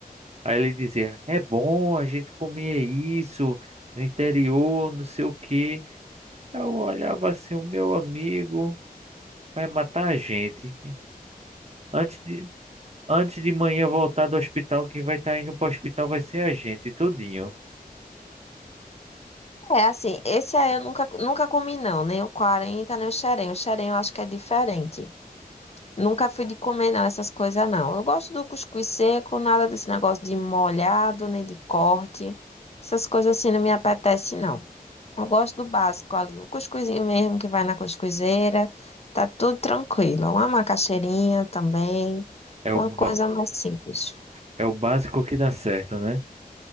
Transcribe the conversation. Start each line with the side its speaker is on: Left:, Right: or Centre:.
Right: Aí ele dizia: É bom a gente comia isso no interior, não sei o quê. Eu olhava assim: O meu amigo vai matar a gente. Antes de, antes de manhã voltar do hospital, quem vai estar indo para o hospital vai ser a gente, tudinho.
Left: É, assim, esse aí eu nunca, nunca comi não, nem o 40 nem o xerém. O xerém eu acho que é diferente. Nunca fui de comer não, essas coisas não. Eu gosto do cuscuz seco, nada desse negócio de molhado, nem de corte. Essas coisas assim não me apetece não. Eu gosto do básico ali, o cuscuzinho mesmo que vai na cuscuzeira, tá tudo tranquilo. Uma macaxeirinha também,
Right: É
Left: uma
Right: o,
Left: coisa
Right: ba-
Left: mais simples.
Right: é o básico que dá certo, né?